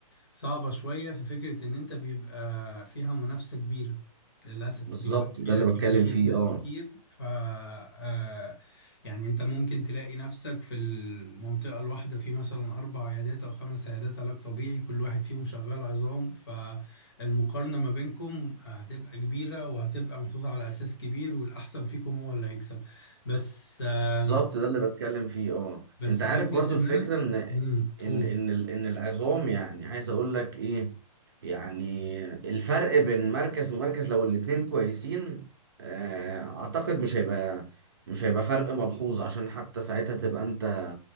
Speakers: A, on the left; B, on the right.
A: صعبة شوية في فكرة إن أنت بيبقى فيها منافسة كبيرة للأسف
B: بالظبط
A: بيبقى فيها
B: ده اللي
A: كمية
B: بتكلم فيه
A: ناس
B: أه
A: كتير ف آه، يعني أنت ممكن تلاقي نفسك في المنطقة الواحدة في مثلا أربع عيادات أو خمس عيادات علاج طبيعي كل واحد فيهم شغال عظام فالمقارنة ما بينكم هتبقى كبيرة وهتبقى محطوطة على أساس كبير والأحسن فيكم هو اللي هيكسب بس آم،
B: بالظبط ده اللي بتكلم فيه أه
A: بس
B: أنت عارف
A: فكرة
B: برضو
A: إن
B: الفكرة
A: أنا
B: إن
A: مم،
B: إن
A: قول
B: إن ال- إن العظام يعني عايز أقول لك إيه يعني الفرق بين مركز ومركز لو الاتنين كويسين آه، أعتقد مش هيبقى مش هيبقى فرق ملحوظ عشان حتى ساعتها تبقى أنت